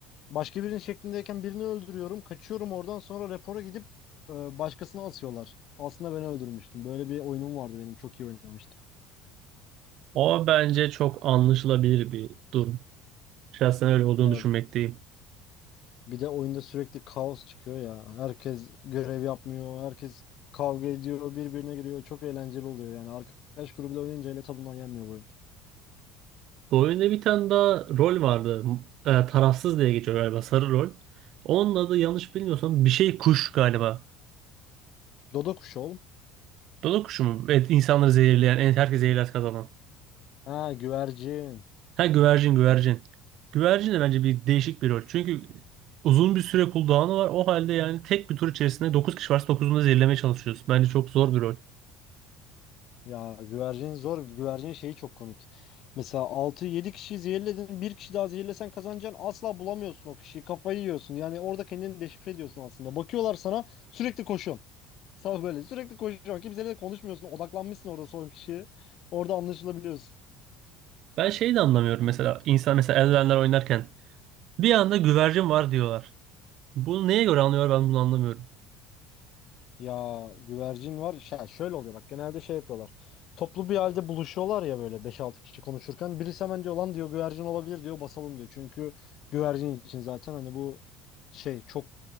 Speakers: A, on the left; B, on the right.
A: başka birinin şeklindeyken birini öldürüyorum. Kaçıyorum oradan sonra rapora gidip e, başkasına asıyorlar. Aslında ben öldürmüştüm. Böyle bir oyunum vardı benim. Çok iyi oynamıştım.
B: O bence çok anlaşılabilir bir durum. Şahsen öyle olduğunu
A: Ya
B: düşünmekteyim.
A: bir de oyunda sürekli kaos çıkıyor ya. Herkes görev yapmıyor. Herkes kavga ediyor. Birbirine giriyor. Çok eğlenceli oluyor yani. Arkadaş grubuyla oynayınca hele tadından yenmiyor bu oyun.
B: Bu oyunda bir tane daha rol vardı. e, tarafsız diye geçiyor galiba sarı rol. Onun adı yanlış bilmiyorsam bir şey kuş galiba.
A: Dodo kuşu oğlum.
B: Dodo kuşu mu? Evet, insanları zehirleyen, en herkes zehirler kazanan.
A: Ha güvercin.
B: Ha güvercin güvercin. Güvercin de bence bir değişik bir rol. Çünkü uzun bir süre cooldown'u var. O halde yani tek bir tur içerisinde 9 kişi varsa 9'unu da zehirlemeye çalışıyoruz. Bence çok zor bir rol.
A: Ya güvercin zor. Güvercin şeyi çok komik. Mesela altı yedi kişiyi zehirledin. Bir kişi daha zehirlesen kazanacaksın. Asla bulamıyorsun o kişiyi. Kafayı yiyorsun. Yani orada kendini deşifre ediyorsun aslında. Bakıyorlar sana sürekli koşuyorsun. Sana böyle sürekli koşuyorsun. Kimseyle de konuşmuyorsun. Odaklanmışsın orada son kişiye. Orada anlaşılabiliyorsun.
B: Ben şeyi de anlamıyorum mesela. insan mesela Elden'ler oynarken bir anda güvercin var diyorlar. Bunu neye göre anlıyor ben bunu anlamıyorum.
A: Ya güvercin var. Şey, şöyle oluyor bak. Genelde şey yapıyorlar. Toplu bir halde buluşuyorlar ya böyle beş altı kişi konuşurken. Birisi hemen diyor lan diyor güvercin olabilir diyor basalım diyor. Çünkü güvercin için zaten hani bu şey çok